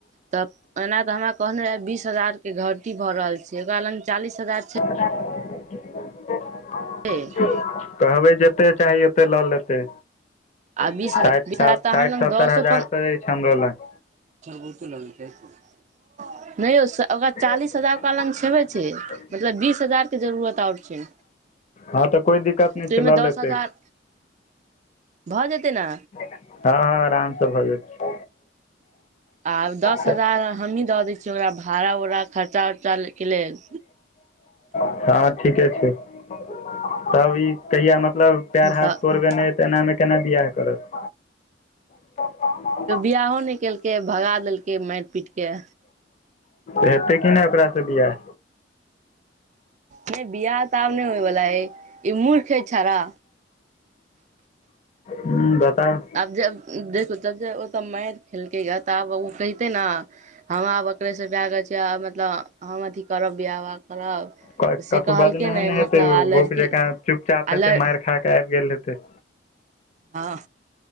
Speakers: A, on the right (about 40°); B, on the left (about 40°).
A: तऽ एना ते हमरा कहनेे बीस हजार के घटी भ रहल छै ओकरा लग चालीस हजार छै
B: <inaudible>
A: <unintelligible>
B: कहबै जतेक चाही ओतेक लऽ लेतै
A: आ बीस
B: साठि
A: ह बीस
B: सात
A: हजार तऽ अहां
B: साठि
A: लग
B: सत्तर
A: दसो
B: हजार
A: पन
B: तऽ अछि हमरो लग
A: <unintelligible> <unintelligible> नहि ओ स ओकरा
B: हँ
A: चालीस हजार ओकरा लग छेबे छै मतलब बीस हजार के जरूरत और छै
B: हँ तऽ कोइ दिक्कत नहि
A: ताहिमे
B: छै लऽ
A: दस
B: लेतै
A: हजार भऽ जेतै ना
B: हँ हँ आरामसँ भऽ जेतय
A: आब दस
B: तऽ
A: हजार हमही दऽ दै छियै ओकरा भाड़ा उड़ा खर्चा उर्चा के लेल
B: हँ ठीके छै तब ई कहिया मतलब पैर हाथ
A: तऽ
B: तोड़बेने तेना मे केना बिआह करत <unintelligible>
A: त बियाहो नई केलकै भगा देलकै मैर पीट के
B: हेतै कि नहि ओकरासँ बिआाह
A: नइ बियाह तऽ आब नइ होय बाला हई ई मूर्ख है छौड़ा
B: हूं बताउ
A: आब जब देखू जब जे ओतऽ मैर खेलकै गा तऽ आब ओ कैहते ने हम आब अकरेसँ ब्याह रचाएब मतलब हम अथी करब बिआह बाह करब
B: क
A: तऽ से
B: कतो
A: कहलकै
B: बजनेहे
A: नहि
B: ने हेतै
A: मतलब
B: ओ
A: आ लड़की
B: बोक जॆकाँ चुपचाप
A: आ
B: हेतै
A: लड़
B: मारि खा कऽ आबि गेल हेतै
A: ह